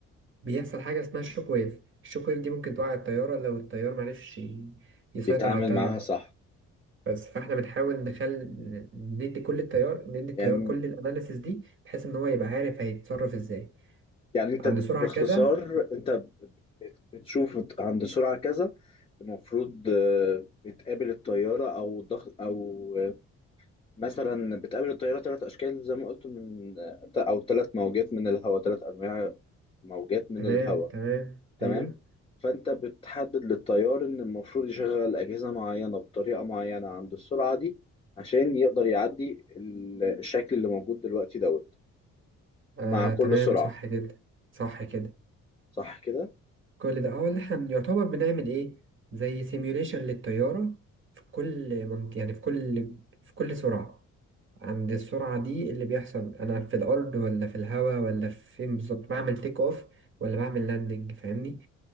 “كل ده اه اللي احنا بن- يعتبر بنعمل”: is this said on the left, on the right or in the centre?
Right